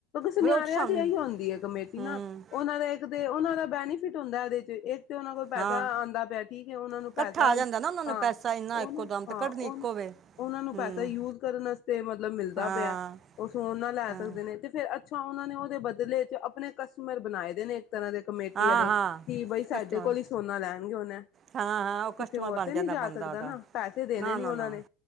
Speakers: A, on the left; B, on the right.
A: ਸੁਨਿਆਰਿਆਂ
B: ਵਿਰੋਧ ਸਾਨੂੰ
A: ਦੀ ਇਹੀ ਆਉਂਦੀ ਹੈ। ਕਮੇਟੀ
B: ਹੂੰ
A: ਨਾ ਉਹਨਾਂ ਦਾ ਇਕ ਤੇ ਬੈਨੀਫਿਟ, ਇੱਕ ਤੇ ਉਹਨਾਂ ਦਾ ਬੈਨੀਫਿਟ ਹੁੰਦਾ ਇਹਦੇ ਚ ਤੇ ਉਹਨਾਂ ਕੋਲ ਪੈਸਾ
B: ਹਾਂ
A: ਆਉਂਦਾ ਪਿਆ, ਠੀਕ ਹੈ। ਉਹਨਾਂ ਨੂੰ
B: ਇਕੱਠਾ
A: ਪੈਸਾ,
B: ਆ ਜਾਂਦਾ ਨਾ ਉਹਨਾਂ ਨੂੰ
A: ਹਾਂ
B: ਪੈਸਾ ਇੰਨਾ
A: ਉਹ
B: ਇੱਕੋ
A: ਨਾ,
B: ਦਮ ਤੇ
A: ਹਾਂ।
B: ਕੱਢਣੀ
A: ਉਹ
B: ਇੱਕੋ ਵੇ
A: ਉਹਨਾਂ ਨੂੰ
B: ਹੂੰ
A: ਪੈਸਾ ਯੂਜ ਕਰਨ ਵਾਸਤੇ, ਮਤਲਬ ਮਿਲਦਾ
B: ਹਾਂ
A: ਪਿਆ। ਉਹ ਸੋਨਾ ਲੈ
B: ਹਾਂ,
A: ਸਕਦੇ ਨੇ ਤੇ ਫੇਰ ਪਿੱਛਾ ਉਹਨਾਂ ਨੇ ਉਹਦੇ ਬਦਲੇ ਚ ਆਪਣੇ ਕਸਟਮਰ ਬਣਾਏ ਦੇ ਨੇ। ਇਸ ਤਰ੍ਹਾਂ ਦੇ ਕਮੇਟੀ
B: ਹਾਂ
A: ਵਾਲੇ,
B: ਹਾਂ
A: ਕਿ ਬਈ ਸਾਡੇ
B: ਕਸਟਮਰ
A: ਕੋਲ ਹੀ ਸੋਨਾ ਲੈਣਗੇ ਹੁਣ ਐ।
B: ਹਾਂ ਹਾਂ ਉਹ
A: ਕਿਤੇੇ
B: ਕਸਟਮਰ
A: ਹੋਰ
B: ਬਣ
A: ਤੇ
B: ਜਾਂਦਾ
A: ਨੀ ਜਾ
B: ਬੰਦਾ
A: ਸਕਦਾ
B: ਉਹਦਾ
A: ਨਾ। ਪੈਸੇ ਦੇਣੇ
B: ਨਾ
A: ਨੀ
B: ਨਾ
A: ਉਹਨਾਂ
B: ਨਾ
A: ਨੇ।